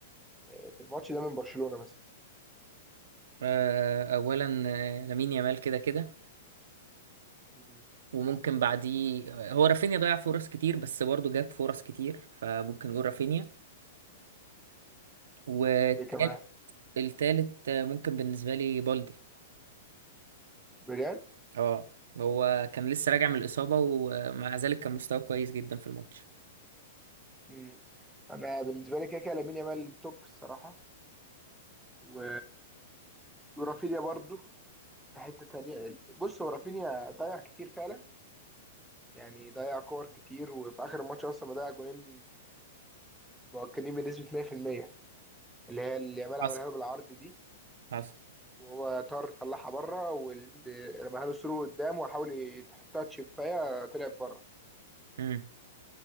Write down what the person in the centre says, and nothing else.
في الماتش ده من برشلونة مثلا؟
مم.
وايه كمان؟
بجد؟
مم. انا بالنسبة لي كده كده لامين يامال توب الصراحة و... ورافينيا برضه في حتة تانية بص هو رافينيا ضيع كتير فعلا يعني ضيع كور كتير وفي اخر الماتش اصلا ضيع جولين مؤكدين بنسبه 100% اللي هي اللي يامال عملها
له بالعرض دي
وهو طار طلعها بره ورماها له ثرو قدام وحاول يحطها تشيبايه طلعت بره